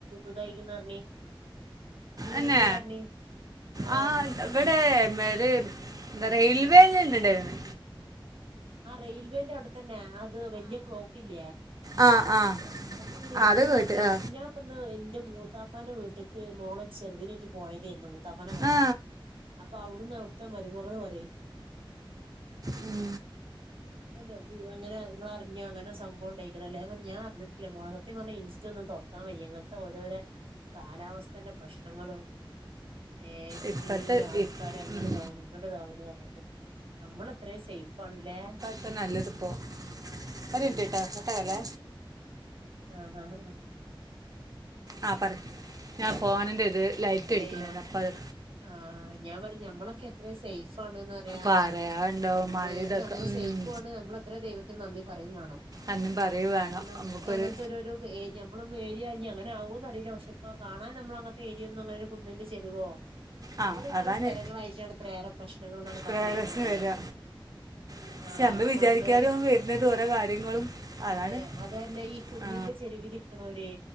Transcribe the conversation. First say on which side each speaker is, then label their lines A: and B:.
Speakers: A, on the right; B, on the right.
A: ഇതായിക്കുന്ന് പറഞ്ഞ്, വീണിക്കണ്
B: എന്നെ
A: പറഞ്ഞ് ആഹ്
B: ആ ഇവിടെ <unintelligible> റെയിൽവേ തന്നെ ഉണ്ടായിരുന്നു
A: ആഹ് റെയിൽവേന്റെ അവിടെ തന്നെ ആ ത് വല്യ ക്ലോക്കില്യേ
B: ആ ആ
A: അത് വീണക്കണ്
B: ആ,
A: ന്ന്
B: കേട്ട്
A: പറഞ്ഞ്
B: ആ
A: പിന്നെ ടുന്ന് എന്റെ മൂത്താപ്പാന്റെ വീട്ടേക്ക് മോള ചെറുതിനായിട്ട് പോയതായിരുന്നു മുത്താപ്പാനെ കാണാൻ,
B: ആ
A: അപ്പൊ അവിടുന്ന് അവിടുത്തെ മരുമകള് പറയും
B: ഉം
A: <unintelligible> അങ്ങനെ നിങ്ങൾ അറിഞ്ഞാ അങ്ങനെ സംഭവം ണ്ടായിക്കണ് ല്ലേ ന്ന് പറഞ്ഞ്, ഞാൻ അറിഞ്ഞിട്ട് ല്ല മോളെ സത്യം പറഞ്ഞാ ഇൻസ്റ്റ ന്നും ഒന്നും തുറക്കാൻ വയ്യ, അങ്ങനത്തെ ഓരോരോ കാലാവസ്ഥന്റെ പ്രശ്നങ്ങളും ഏഹ് ഫുള്ള്
B: ഇപ്പത്തെ
A: ആൾക്കാര്
B: ഇ-
A: അങ്ങടതാവണ്
B: ഉം.
A: ഇങ്ങടതാവണ് ന്ന് പറഞ്ഞിട്ട് നമ്മള് ത്രയും സേഫ് ആണല്ലേ
B: ഇപ്പ നല്ലത്പ്പോ
A: ഉം
B: ഒരു മിനിറ്റ്ട്ടോ കട്ട് ആക്കല്ലേ
A: ആഹ് ആഹ് ആഹ്
B: ആഹ് പറ ഞാൻ ഫോണിന്റെ ഇത് ലൈറ്റ്
A: അല്ല
B: അടിക്കുന്നരുന്നു
A: ഞാൻ
B: അപ്പ അത്
A: ആഹ് ഞാൻ പറഞ്ഞെ ഞമ്മളൊക്കെ എത്രയോ സേഫ് ആണെന്ന് പറയാ,
B: പറയാണ്ടോ
A: നമ്മള്
B: മഴ ഇതൊക്കെ
A: നമ്മള്
B: ഉം.
A: സേഫ് ഫുമാണ് നമ്മൾ അത്ര ദൈവത്തിന് നന്ദി പറയും വേണം,
B: അന്നും പറയുക വേണം
A: കാരണം
B: നമുക്കൊരു
A: അങ്ങനത്തെ ഒരു ഒരു നമ്മളൊന്നും ഏര്യ ഞ്ഞി അങ്ങനെകോന്നറീല്ല പക്ഷെ ഇപ്പ കാണൻ ഞമ്മളങ്ങൻത്തെ ഏ ര്യൊന്നുങ്ങനെരു കുന്നിന്റെ ചെരിവോ
B: ആ
A: അങ്ങനെക്കെള്ള
B: അതാണ്
A: സ്ഥലങ്ങളായിട്ടാണ്ത്രെ ഏറെ പ്രശ്നങ്ങള്ന്നാണ്
B: പ്രേരസിന്
A: പറഞ്ഞേക്ക്ണത്.
B: വരിക പക്ഷെ
A: ആഹ്
B: നമ്മൾ വിചാരിക്കാതെ
A: മണ്ണ്
B: വരുന്നത് ഓരോ കാര്യങ്ങളും അതാണ്
A: അതെ അതല്ലേ ഈ കുന്നിന്റെ
B: ആ
A: ചെരുവിലിരിക്ക്ണോര്